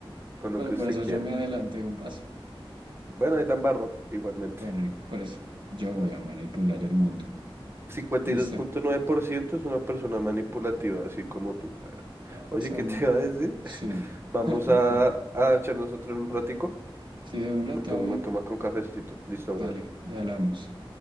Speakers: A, on the right; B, on the right.
A: con lo
B: Pero
A: que
B: por
A: usted
B: eso
A: quiera.
B: yo me adelanté un paso.
A: Bueno, ahí la embarro igualmente.
B: Bueno, y por eso yo voy a manipular el mundo.
A: cincuenta
B: Listo.
A: y dos punto nueve por ciento es una persona manipulativa, así como tú, güey.
B: Ah,
A: Oye,
B: son,
A: ¿qué te iba a decir?
B: sí, <laughs>
A: Vamos
B: de,
A: a, a echar nosotros un ratico.
B: sí, de una,
A: Me
B: todo
A: tomo,
B: bien.
A: me tomas con cafecito. Listo, brother.
B: Dale, ya hablamos.